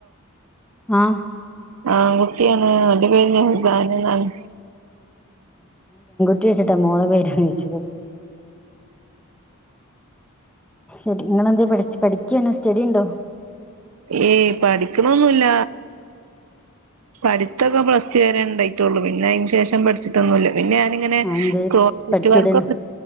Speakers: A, in the centre; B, on the right (about 80°).
A: ആഹ
B: ആൺകുട്ടിയാണ് അവന്റെ പേര് നഹ്സാനെന്നാണ്
A: ച്ചിട്ട മോള പേര് ചോയ്ച്ചത് ശരി ഇങ്ങളെന്തേ പഠിച് പഠിക്കാണ് സ്റ്റഡിണ്ടോ
B: ഏയ് പഠിക്കണൊന്നുല്ല പഠിത്തൊക്കെ പ്ലസ് ടു വരെണ്ടായിട്ടുള്ളു പിന്നെ അയ്ന് ശേഷം പഠിച്ചിട്ടൊന്നുല്ല പിന്നെ ഞാനിങ്ങനെ
A: ആ എന്തേ
B: ക്രോർക്കെറ്റ്
A: പഠിച്ചൂടേനോ
B: വർക്കൊക്കെ